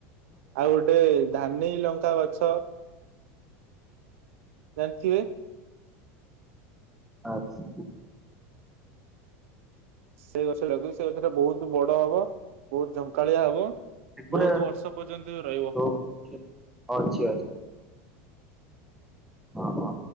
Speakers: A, on the right; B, in the centre.
A: ଆଉ ଗୋଟେ ଧାନେଇ ଲଙ୍କା ଗଛ। ଜାଣିଥିବେ।
B: ଆଚଛା।
A: ସେ ଗଛ ଲଗି ସେ ଗଛ ଟା ବହୁତ ବଡ ହବ। ବହୁତ ଝଙ୍କାଳିଆ ହବ।
B: ତ୍ରିପୁରା
A: ବହୁତ ବର୍ଷ ପର୍ଯ୍ୟନ୍ତ ରହିବ।
B: ସୋ ଗଛ ଅଛି ଓ ହୋ